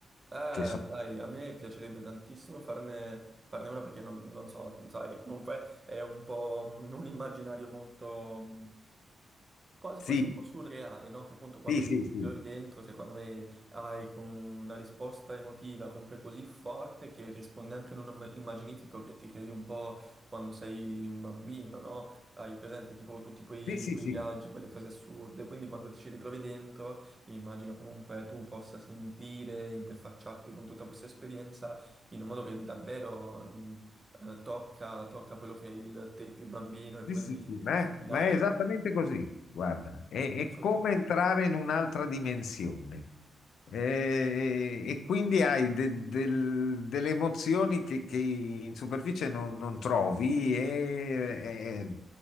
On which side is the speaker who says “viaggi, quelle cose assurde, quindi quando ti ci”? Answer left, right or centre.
Right